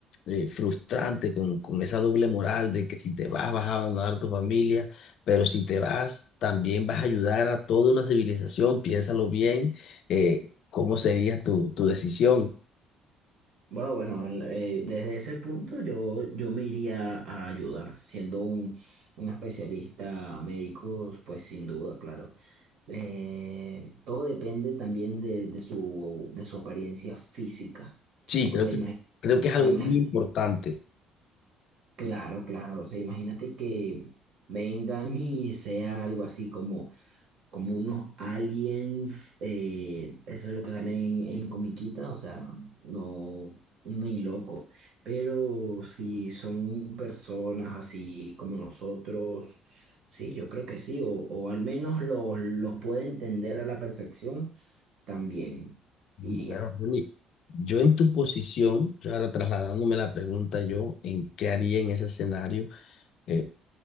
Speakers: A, on the left; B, on the right.
A: eh, frustrante con, con esa doble moral de que si te vas vas a abandonar tu familia, pero si te vas también vas a ayudar a toda una civilización. Piénsalo bien, eh, cómo sería tu, tu decisión.
B: bueno, bueno, el- eh, desde ese punto yo, yo me iría a ayudar, siendo un, un especialista médico, pues sin duda, claro. Eh, todo depende también de, de su, de su apariencia física.
A: Sí,
B: O
A: creo
B: sea, imagínate,
A: que, creo que
B: o
A: es
B: sea,
A: algo
B: imagi-
A: muy importante.
B: claro, claro, o sea, imagínate que vengan <laughs> y sea algo así como como unos aliens, eh, eso es lo que sale en, en comiquita, o sea, no, ni loco, pero si son personas así como nosotros, sí, yo creo que sí, o, o al menos los, los puede entender a la perfección, también
A: Bueno,
B: iría.
A: Ronnie, yo en tu posición, yo ahora trasladándome la pregunta, yo en qué haría en ese escenario, eh,